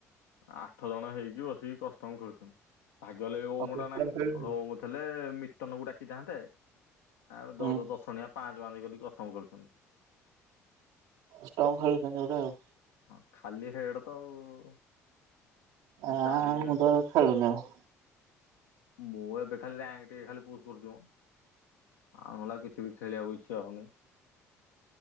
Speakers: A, on the left; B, on the right.
A: ଆଠ ଜଣ ହେଇକି ବସିକି କଷ୍ଟମ ଖେଳୁଛନ୍ତି । ଭାଗ୍ୟଲେ ଓମ
B: ଆଉ କଷ୍ଟମ
A: ଟା ନାହିଁ ନହେଲେ
B: ଖେଳୁଛୁ
A: ଓମ ଥିଲେ ମିଟନକୁ ଡାକିଥାନ୍ତେ ଆଉ
B: ହୁଁ
A: ଦଶ ଦଶଜଣିଆ ପାଞ୍ଚ ପାଞ୍ଚ କରି କଷ୍ଟମ ଖେଳୁଛନ୍ତି।
B: ଷ୍ଟଙ୍ଗ ଖେଳୁଛନ୍ତି ବୋଧେ ଆଉ।
A: ହଁ ଖାଲି ହେଡ୍ ତ ଆଉ।
B: ଆଁ
A: ଚାରି
B: ମୁଁ ତ ଏବେ ଖେଳୁନି ଆଉ।
A: ମୁଁ ଏବେ ଖାଲି ରାଙ୍କ୍ ଟିକେ ଖାଲି ପୁଶ୍ କରୁଛି ମ। ଆଉ ମଲା କିଛି ବି ଖେଳିିଆକୁ ଇଚ୍ଛା ହଉନି।